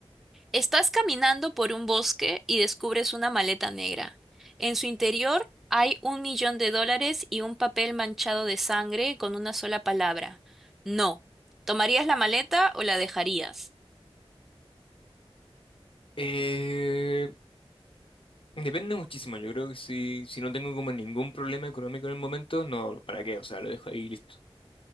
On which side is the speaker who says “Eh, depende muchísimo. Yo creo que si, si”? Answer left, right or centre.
Left